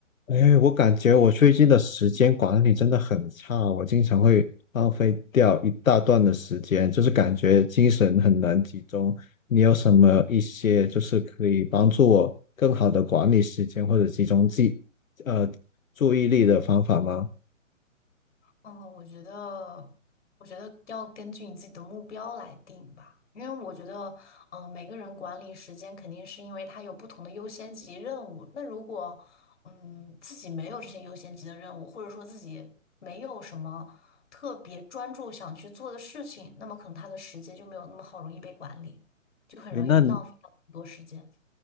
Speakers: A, on the left; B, on the left.
A: 哎，我感觉我最近的时间管理真的很差，我经常会浪费掉一大段的时间，就是感觉精神很难集中。你有什么一些就是可以帮助我更好的管理时间或者集中记，呃，注意力的方法吗？
B: 嗯，我觉得，我觉得要根据你自己的目标来定吧，因为我觉得，嗯、每个人管理时间肯定是因为他有不同的优先级任务。那如果，嗯，自己没有这些优先级的任务，或者说自己没有什么特别专注想去做的事情，那么可能他的时间就没有那么好容易被管理，就很容易浪费到很多时间。
A: 哎，那